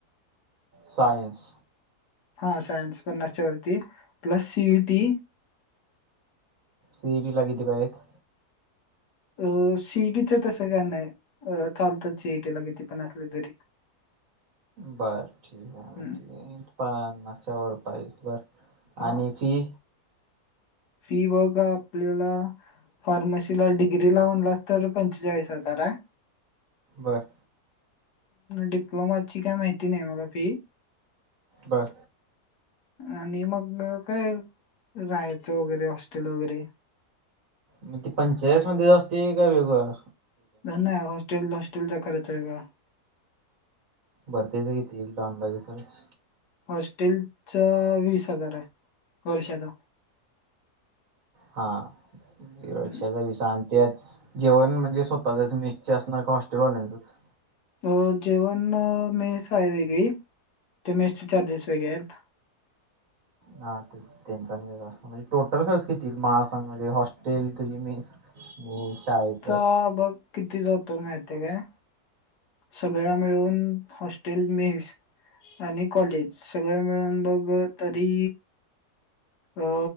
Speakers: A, on the right (about 60°); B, on the left (about 85°).
A: सयंस
B: हा सायन्स पन्नासच्या वरती प्लस सीई टी
A: सीी लागीथ एकथ
B: अ सिईटीच तसं काय नाही अ चालतात सिईटीला किती पण असले तरी
A: बर ठीक आहे म्हणजे
B: हम्म.
A: पच्यावरर पाहि बर
B: हा
A: आणि फी
B: फी बघा आपल्याला फार्मसीला डिग्री लावनलास तर पंचेचाळीस हजार आहे
A: बरं
B: डिप्लोमाची काय माहिती नाही मला फी
A: बर
B: आणि मग काय राहायचं वगैरे हॉस्टेल वगैरे
A: म ते पंचायत मध्ये असते का वेगळळा
B: नाही हॉस्टेल हॉस्टेलचा खरच वेगळा
A: भरतेच घेतील लॉन लाजे तरच
B: हॉस्टेलचा वीस हजार आहे वर्षाचा
A: हा वर्षाचा
B: हम्म.
A: विसा त्यात जेवण म्हणजे स्वतःच आहे मेसटचे असणार का हॉस्टेलवाल्यांच
B: अ जेवण मेस आहे वेगळी ते मेसचे चार्जेस वेगळे आहेत
A: हा त्यांचा व्यस्थ म्हणजे टोटल खर्च घेतील म सांग म्हणजे हॉस् तेल क्रिमीिक शाळेचं
B: ह बघ किती जातो मात काय सगळ मिळून हॉस्टेल मिस आणि कॉलेज सगळ मिळून बघ तरी अ